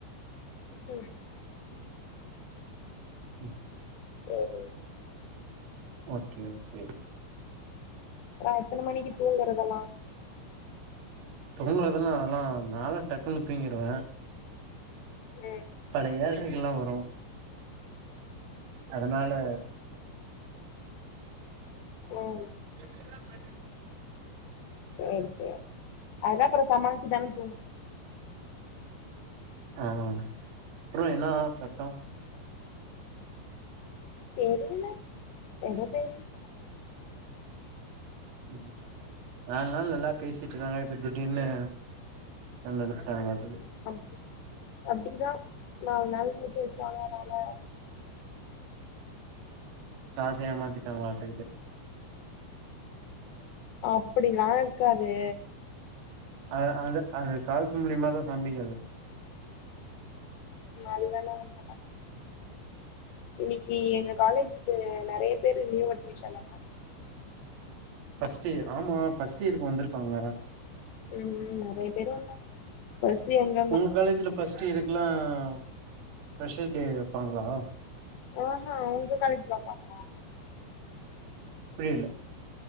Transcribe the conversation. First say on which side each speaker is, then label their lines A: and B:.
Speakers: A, on the left; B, on the right.
A: ம்
B: ம்
A: சேரி
B: ஓகே ஓகே
A: அப்புறோ எத்தன மணிக்கு தூங்கறதெல்லா
B: தூங்குறதெல்லா அதெல்லா நாலா டக்குன்னு தூங்கிருவே
A: சேரி
B: பல ஏழரைகள்லா வரு அதனால
A: ம்
B: என்ன பண்ட்டு இருக்கீங்க
A: சேரி சேரி அதுதா அப்புறோ சமாளிச்சு தானே தூங்குனு
B: ஆ அப்புறோ என்ன சத்தோ
A: தெரியல எதோ பேசிட்
B: ம் நாலு நாள் நல்லா பேசிட்டு இருக்காங்க இப்ப திடீர்ன்னு நல்ல எடுத்துட்டாங்களா அதுக்கு
A: அப்ப அப்படிதான் நான் நல்ல பேசுவாங்கனால
B: காச ஏமாத்திட்டாங்களாட்டுருக்கு
A: அப்படிலாம் இருக்காது
B: அ அது அது காசு மூலியமாதான் சண்டைக்கு வரது
A: நல்லா இல்ல இன்னைக்கு எங்க காலேஜ்க்கு நிறைய பேர் நியூ அட்மிஷன் வந்தாங்க
B: ஃபஸ்ட் இயர் ஆமா ஃபஸ்ட் இயருக்கு வந்திருப்பாங்க
A: ம் நிறைய பேரு வந்தாக பசிங்க
B: உங்க காலேஜில ஃபர்ஸ்ட்டு இயருக்கெலாம் ஃப்ரெஷர்ஸ் டே வைப்பாங்களா
A: ஆஹான் உங்க காலேஜ்ல வைப்பாங்களா
B: புரியல